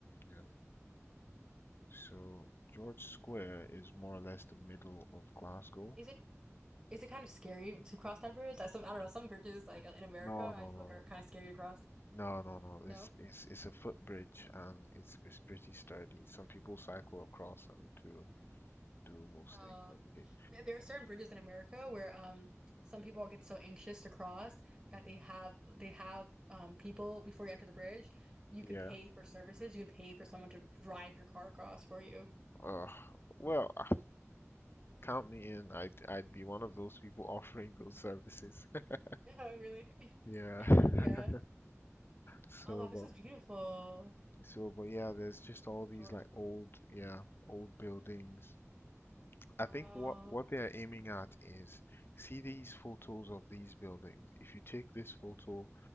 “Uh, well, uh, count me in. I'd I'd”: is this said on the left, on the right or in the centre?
Left